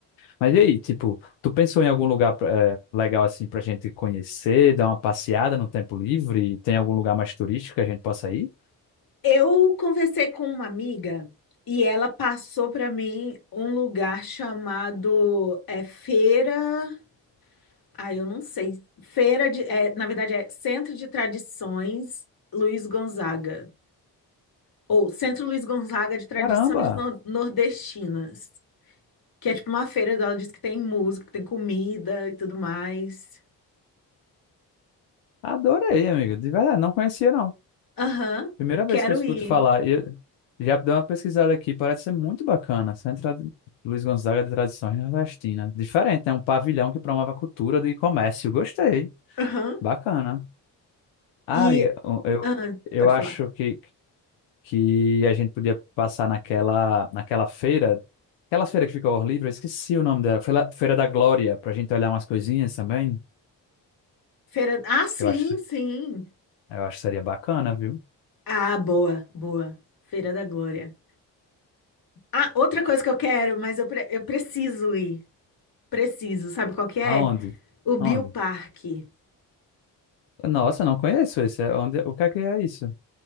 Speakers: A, on the left; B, on the left.
A: Mas e aí, tipo, tu pensou em algum lugar eh, legal assim pra gente conhecer, dar uma passeada no tempo livre? Tem algum lugar mais turístico que a gente possa ir?
B: Eu conversei com uma amiga e ela passou para mim um lugar chamado é, Feira. Ah, eu não sei. Feira de, é, na verdade, é Centro de Tradições Luiz Gonzaga. Ou Centro Luiz Gonzaga de Tradições
A: Caramba,
B: Nor- Nordestinas. Que é tipo uma feira dela diz que tem música, que tem comida e tudo mais.
A: adorei, amigo. De verdade, não conhecia não.
B: Aham,
A: Primeira vez
B: quero
A: que eu escuto
B: ir.
A: falar. E Eu já dei uma pesquisada aqui, parece ser muito bacana. Centro Ad- Luiz Gonzaga de Tradições Nordestinas. Diferente, é um pavilhão que promove a cultura de comércio. Gostei.
B: Aham.
A: Bacana. Ah,
B: E.
A: amiga, eu,
B: ah,
A: eu
B: pode
A: acho
B: falar.
A: que que a gente podia passar naquela, naquela feira, aquela feira que fica ao ar livre, eu esqueci o nome dela, Feira, Feira da Glória, pra gente olhar umas coisinhas também.
B: Feira. Ah, sim,
A: Eu acho,
B: sim.
A: eu acho que seria bacana, viu?
B: Ah, boa, boa. Feira da Glória. Ah, outra coisa que eu quero, mas eu, pre- eu preciso ir. Preciso, sabe qual que é?
A: Aonde?
B: O Bioparque.
A: Aonde? Nossa, eu não conheço esse. é Onde, o que é que é isso?